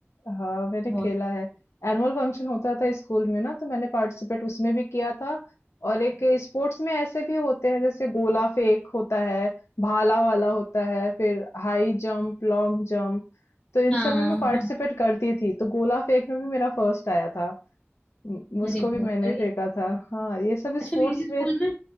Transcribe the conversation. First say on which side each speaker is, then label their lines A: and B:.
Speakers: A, on the left; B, on the left.
A: हाँ मैंने
B: बहुत
A: खेला है एनुअल फंक्शन होता था स्कूल में ना तो मैंने पार्टिसिपेट उसमें भी किया था और एक स्पोर्ट्स में ऐसे भी होते हैं जैसे गोला फेंक होता है भाला वाला होता है फिर हाई जंप लॉन्ग जंप तो इन
B: हाँ
A: सब में मैं पार्टिसिपेट
B: हाँ
A: करती थी तो गोला फेंक में भी मेरा फर्स्ट आया था म- उसको
B: अरे
A: भी
B: बहुत
A: मैंने
B: बढ़िया
A: फेंका था हाँ ये सब
B: अच्छा
A: स्पोर्ट्स
B: मेरे स्कूल
A: में
B: में